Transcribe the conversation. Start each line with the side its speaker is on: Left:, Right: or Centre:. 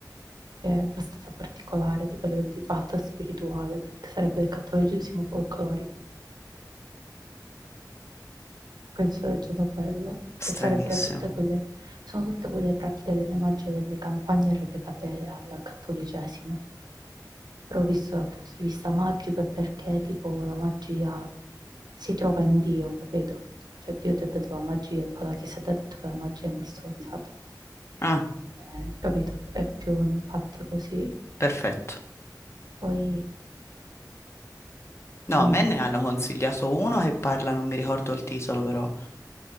Right: che è abbastanza particolare, tipo a livello di patto spirituale, perché sarebbe il cattolicesimo folclorico. che sto leggendo quello, che
Left: stranissimo.
Right: sarebbero tutte quelle, sono tutte quelle pratiche delle magie e delle campagne relegate al cattolicesimo, però visto dal punto di vista magico è perché tipo la magia si trova in Dio, capito? Cioè Dio ti ha dato la magia e poi la Chiesa ti ha detto che la magia è una stronzata,
Left: Ah,
Right: Eh, capito? È più un fatto così.
Left: perfetto.
Right: Poi,
Left: No,
Right: mm,
Left: a me ne hanno consigliato uno che parla, non mi ricordo il titolo, però.